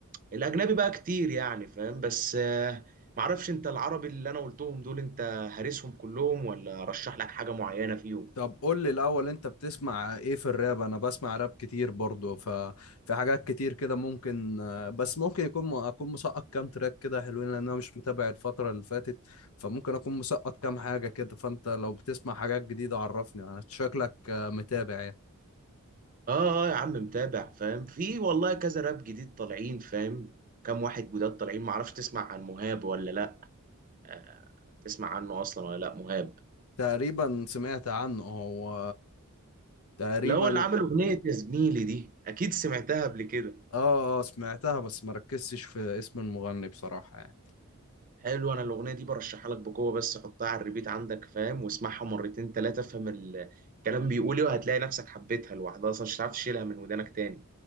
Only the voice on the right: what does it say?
الاجنبي بقى كتير يعني فاهم بس آه، معرفش انت العربي اللي انا قلتهم دول انت هارسهم كلهم ولا رشح لك حاجة معينة فيهم
اه اه يا عم متابع فاهم في والله كذا راب جديد طالعين فاهم كام واحد جداد طالعين معرفش تسمع عن مهاب ولا لا آه، تسمع عنه اصلا ولا لا مهاب
اللي هو اللي عامل اغنية يا زميلي دي اكيد سمعتها قبل كده
حلو انا الاغنيه دي برشحها لك بقوه بس حطها على الريبيت عندك فاهم واسمعها مرتين ثلاثه افهم ال- الكلام بيقول ايه وهتلاقي نفسك حبيتها لوحدها اصلا مش هتعرف تشيلها من ودانك تاني